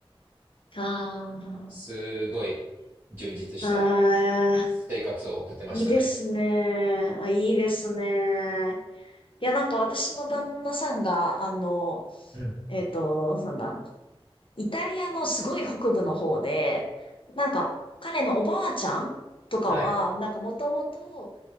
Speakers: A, on the left; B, on the right.
A: あ
B: すごい充実した
A: あ。ああ。
B: 生活を送ってましたね。
A: いいですね。あ、いいですね。いや、なんか私の旦那さんが、あの、
B: うん。
A: えっと、なんだ、イタリアのすごい北部の方で、なんか彼のおばあちゃんとかは、
B: はい。
A: なんかもともと、